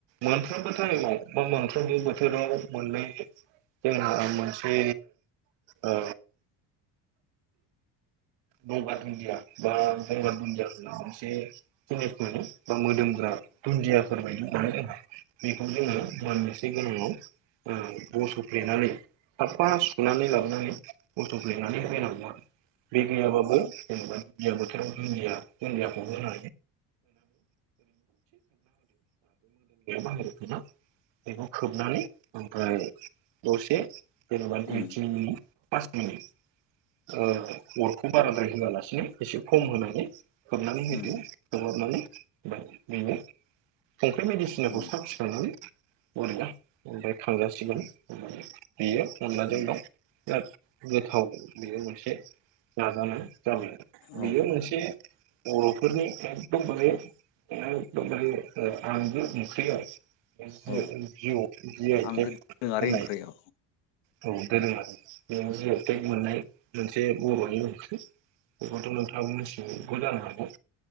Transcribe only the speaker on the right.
मोनफ्रोमबो टाइमाव बा मोनफ्रोमबो बोथोराव मोननै जोंहा मोनसे ओ गंगार दुन्दिया बा गंगार दुन्दियाखो इसे <unintelligible> मोदोमो। दुुन्दियाफोर बायदि मानो बेखौ जोङो मोननोसै गोनाङाव ओ बस'फ्लेनानै साफा सुनानै लाबोनानै बस'फ्लेनानै होलायनांगौ आरो बे गैयाबाबो जेनेबा दुन्दिया बोथोराव दुन्दिया दुन्दियाखौबो होनो हायो। <unintelligible> बेखौ खोबनानै ओमफ्राय दसे जेनबा दुइ
तिन मिनिट पास मिनिट ओ अरखौ बाराद्राय होआलासिनो एसे खम होनानै खोबनानै होदो
खोबहाबनानै बेनो संख्रि बायदिसिनाखौ
साखि नायनानै बरिया। ओमफ्राय खांजासिगोन <unintelligible> बियो अनलाजों
दाउ बिराद गोथाव बेयो मोनसे जाजानाय जाबाय।
बेयो मोनसे बर'फोरनि एखदम बारे एकदम बारे ओ आंगो ओंख्रि आरो
<unintelligible> जि आइ
टेग
बुंनाय
औ दोरोङारि। बेयो जि आइ टेग मोननाय मोनसे बर'नि ओंख्रि। बेखौथ' नोंथाङाबो मोनथिखागौबो जानो हागौ